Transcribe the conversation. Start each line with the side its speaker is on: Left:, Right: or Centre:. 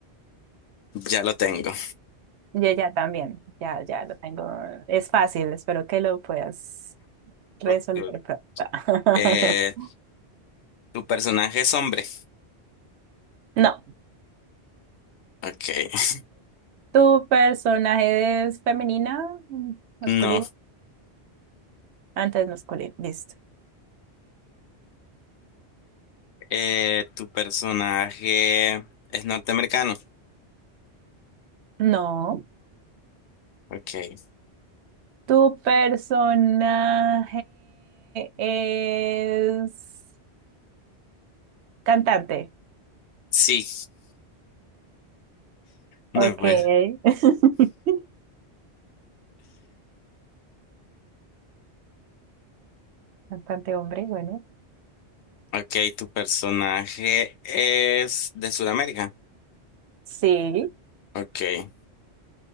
Left: Ya lo tengo.
Right: Yo ya también, ya, ya lo tengo. Es fácil, espero que lo puedas resolver
Left: Ok.
Right: pronto. <laughs>
Left: Eh, ¿tu personaje es hombre?
Right: No,
Left: Ok. <laughs>
Right: ¿tu personaje es femenina, masculino?
Left: No.
Right: Antes masculino, listo.
Left: Eh, ¿tu personaje es norteamericano?
Right: No.
Left: Ok.
Right: ¿Tu personaje es cantante?
Left: Sí. No,
Right: Ok.
Left: pues.
Right: <laughs> Cantante hombre, bueno.
Left: Ok, tu personaje es de Sudamérica.
Right: Sí.
Left: Ok.